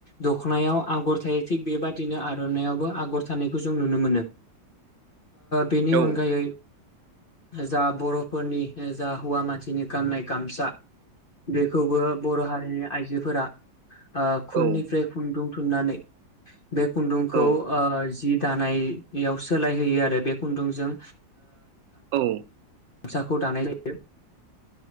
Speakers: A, on the left (about 40°); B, on the right (about 75°).
A: दख'नायाव आगर थायो थिग बेबादिनो आर'नाइआवबो आगर थानायखौ जों नुनो मोनो। बेनि
B: औ
A: अनगायै जा बर'फोरनि जा हौवा मानसिनि गाननाय गामसा बे खौबो बर' हारिनि आइजोफोरा खुननिफ्राय
B: औ
A: खुन्दुं थुननानै बे खुन्दुंखौ
B: औ
A: जि दानायाव सोलायहैयो आरो बे खुन्दुंजों
B: औ
A: गामसाखौ दानाय जायो।